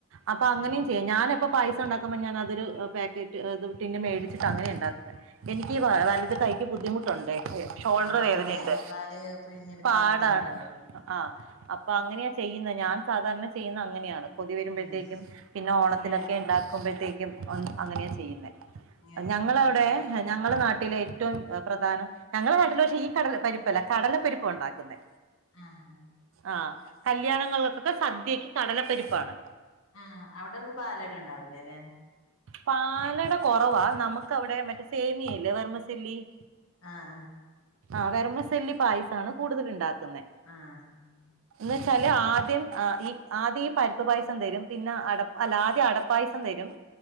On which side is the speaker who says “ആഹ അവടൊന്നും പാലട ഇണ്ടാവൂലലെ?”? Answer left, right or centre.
Left